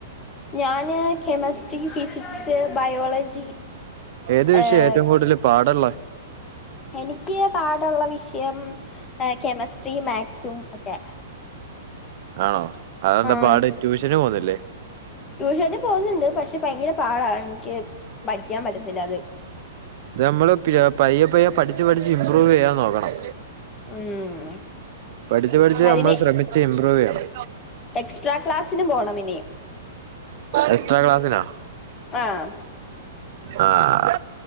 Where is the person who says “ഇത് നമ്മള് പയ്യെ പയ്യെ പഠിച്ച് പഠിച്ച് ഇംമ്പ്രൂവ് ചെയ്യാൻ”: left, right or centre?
Right